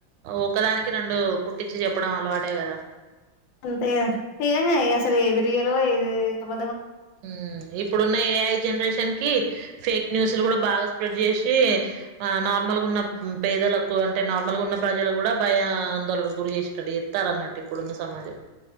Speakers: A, on the right; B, on the left.
A: ఒకదానికి రెండు పుట్టించి చెప్పడం అలవాటే. అంతే గాదా
B: అంతేగా నిజంగే అసలు ఏది రియలో ఏది అబ్
A: హుమ్మ్ ఇప్పుడున్న ఏఐ జనరేషన్ కి ఫేక్ న్యూస్లు కూడా బాగా స్ప్రెడ్ చేసి ఆ నార్మల్ గా ఉన్న, పేదలకు అంటే నార్మల్ గా ఉన్న. ప్రజలు కూడా భయ ఆందోళనకు గురి చేసేటటు, ఎస్తారన్నట్టు ఇప్పుడున్న సమాజం.